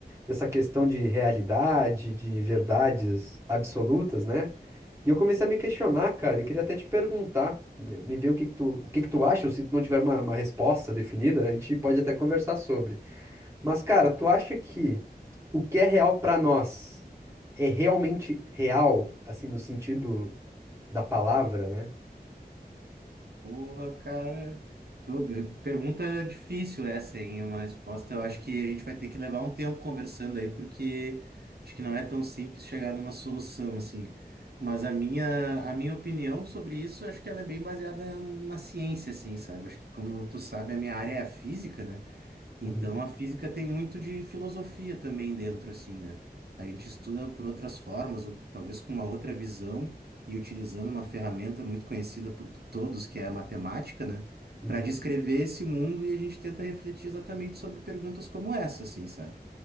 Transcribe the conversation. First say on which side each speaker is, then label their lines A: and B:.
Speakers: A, on the right; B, on the right.
A: dessa questão de realidade, de verdades absolutas, né? E eu comecei a me questionar, cara, e queria até te perguntar, me me ver o que que tu, o que que tu acha, ou se tu não tiver uma, uma resposta definida, a gente pode até conversar sobre. Mas, cara, tu acha que o que é real pra nós é realmente real, assim, no sentido da palavra, né?
B: Porra, cara. Pô, Pergunta difícil essa, hein? Uma resposta eu acho que a gente vai ter que levar um tempo conversando aí, porque acho que não é tão simples chegar numa solução assim. Mas a minha, a minha opinião sobre isso, acho que ela é bem baseada na ciência, assim, sabe? Acho que, como tu sabe, a minha área é a física, né? Então,
A: Uhum,
B: a física tem muito de filosofia também dentro, assim, né? A gente estuda por outras formas, ou talvez com uma outra visão, e utilizando uma ferramenta muito conhecida por todos, que é a matemática, né?
A: uhum,
B: Para descrever esse mundo e a gente tenta refletir exatamente sobre perguntas como essa, assim, sabe?